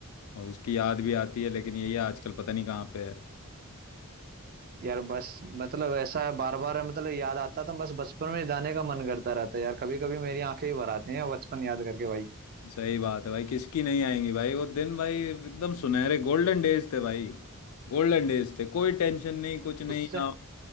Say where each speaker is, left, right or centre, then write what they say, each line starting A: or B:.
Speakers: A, on the left (about 70°); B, on the right (about 40°).
A: और उसकी याद भी आती है लेकिन यही आजकल पता नहीं कहाँ पे है
B: यार बस मतलब ऐसा बार बार मतलब याद आता तो बस बचपन में जाने का मन करता रहता है यार कभी कभी मेरी आंखें ही भर आती हैं बचपन याद करके भाई
A: सही बात है भाई किसकी नहीं आएंगी भाई वो दिन भाई एकदम सुनहरे गोल्डन डेज थे भाई गोल्डन डेज थे कोई टेंशन नहीं कुछ नहीं
B: उससे
A: आओ